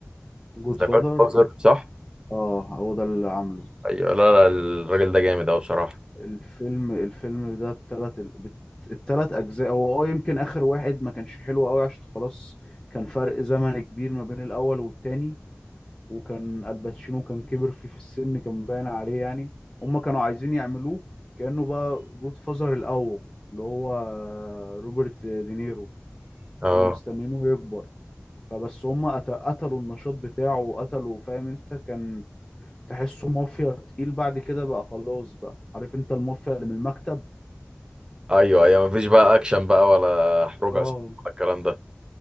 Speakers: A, on the left (about 20°); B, on the right (about 20°).
A: جود
B: ذا
A: فاذر
B: جاد فازر صح
A: آه هو ده اللي عامله
B: ايوه لا لا الراجل ده جامد قوي بصراحه
A: الفيلم الفيلم ده بتلات ال- بت- التلات أجزاء هو اه يمكن آخر واحد ما كانش حلو أوي عشان خلاص كان فرق زمن كبير ما بين الأول والتاني وكان الباتشينو كان كبر فيه في السن كان باين عليه يعني هما كانوا عايزين يعملوه كأنه بقى جود فازر الأول اللي هو روبرت دينيرو فكانوا
B: اه
A: مستنيينه يكبر فبس هما قت- قتلوا النشاط بتاعه وقتلوا فاهم انت كان تحسه مافيا تقيل بعد كده بقى خلاص بقى عارف انت المافيا اللي من المكتب
B: ايوه ايوه مفيش بقى اكشن بقى ولا حروب
A: اه
B: عصابات ولا الكلام ده